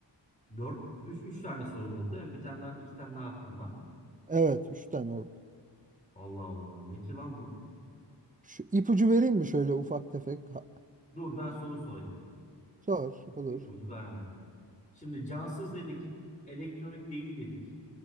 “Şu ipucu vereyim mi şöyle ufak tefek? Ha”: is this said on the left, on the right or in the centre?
Right